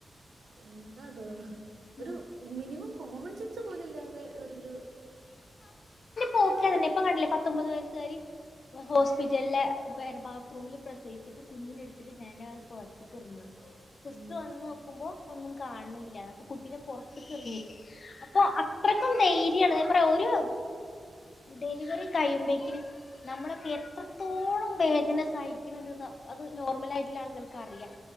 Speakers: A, on the right (about 80°); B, on the left (about 50°).
A: എന്താതൂ ഒരു
B: ഉം
A: മിനിമം കോമൺ സെൻസു പോലെ ല്ലാതെ ഒരോരോ
B: പോക്കതന്നെ. ഇപ്പൊ കണ്ട്ല്ലേ പത്തൊമ്പത് വയസ്സുക്കാരി ഹോസ്പിറ്റലിലെ ബാത്റൂമില് പ്രസവിച്ചിട്ട് കുഞ്ഞിനെ എട്ത്തിട്ട് ജനാൽ പൊർത്ത്ക്കെർഞ്ഞൂന്ന്. സിസ്റ്റർ
A: ഉം
B: വന്നോക്കുമ്പോ ഒന്നും കാൺ ഇല്ല അപ്പൊ കുട്ടിനെ പൊർത്ത്ക്കെ റിഞ്ഞേക്കാ അപ്പൊ അത് അത്രയ്ക്കും ധൈര്യാണ്. ഞാ പറയാ ഒരു ഡെലിവറി കഴിയുമ്പേ ക്കിന് നമ്മളൊക്കെ എത്രത്തോളം വേദന സഹിക്ക്ണ് ണ്ട്. ന്നാ അത് നോർമലായിട്ട്ള്ള ആൾക്കൾക്ക് അറിയാം.